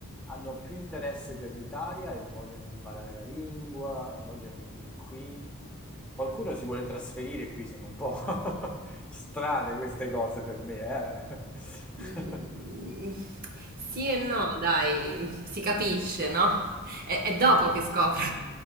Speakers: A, in the centre; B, on the right.
A: hanno più interesse per l'Italia e vogliono imparare la lingua, vogliono venire qui. Qualcuno si vuole trasferire qui, sono un po' <laughs> strane queste cose per me,
B: Mhmm,
A: eh. <laughs>
B: sì e no dai, si capisce, no, è è dopo che scoprono.